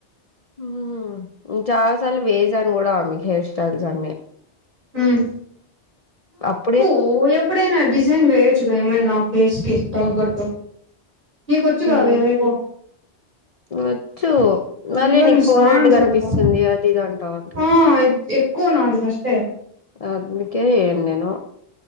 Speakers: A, on the left; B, on the right.
A: ఉమ్ చాలా సార్లు వేసాను గూడ ఆమెకు హెయిర్ స్టైల్స్ అన్ని
B: ఉమ్
A: అప్
B: ఓ ఎప్పుడైనా డిజైన్ వేయొచ్చుగ ఏమన్న నా ఫేస్ కి తగ్గట్టు నేకొచ్చుగా
A: మ్
B: అవేవేవో
A: వచ్చు మళ్ళీ
B: ఇంకా
A: నీకు
B: నేను
A: ఫోర్
B: స్నానం
A: హెడ్
B: చేయాలిగా
A: గనిపిస్తుంది అది ఇది అంటావు అందుకే
B: ఆ ఎక్కువ నాది ఫస్టే
A: అందుకే ఎయ్యను నేను